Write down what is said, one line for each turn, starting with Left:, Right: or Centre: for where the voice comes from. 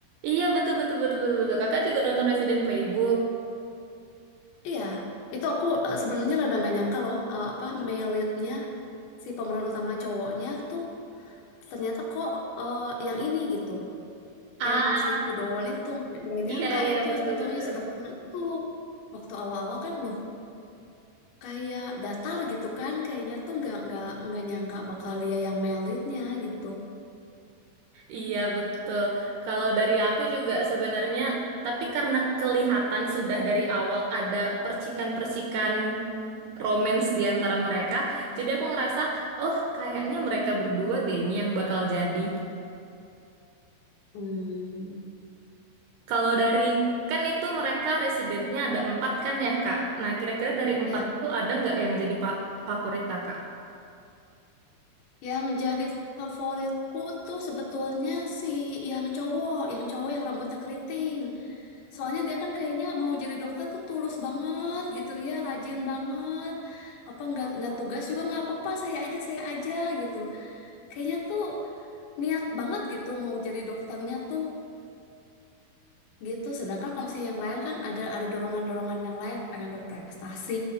Right: Iya, betul betul betul betul betul. Kakak juga nonton Resident Playbook.
Left: Iya, itu aku eh, sebenarnya rada nggak nyangka loh eh, apa male lead-nya si pemeran utama cowoknya tuh ternyata kok eh, yang ini gitu.
Right: Ah,
Left: Yang si Kudowon itu nggak nyangka
Right: iya iya
Left: itu
Right: betul
Left: sebetulnya
Right: betul.
Left: si dokter itu waktu awal-awal kan loh kayak datar gitu kan kayaknya tuh nggak nggak nggak nyangka bakal dia yang melitnya gitu.
Right: Iya betul. Kalau dari aku juga sebenarnya, tapi karena kelihatan sudah dari awal ada percikan-percikan romance di antara mereka, jadi aku ngerasa, oh kayaknya mereka berdua deh ini yang bakal jadi.
Left: Hmm,
Right: Kalau dari kan itu mereka residennya ada empat kan ya Kak. Nah kira-kira dari
Left: ya,
Right: empat itu ada nggak yang jadi pa- favorit Kakak?
Left: yang jadi favoritku tuh sebetulnya si yang cowok, yang cowok yang rambutnya keriting. Soalnya dia kan kayaknya mau jadi dokter tuh tulus banget gitu ya, rajin banget. Apa nggak nggak tugas juga nggak apa-apa, saya aja saya aja gitu. Kayaknya tuh niat banget gitu mau jadi dokternya tuh gitu sedangkan kalau misalnya yang lain kan ada ada dorongan-dorongan yang lain pengen berprestasi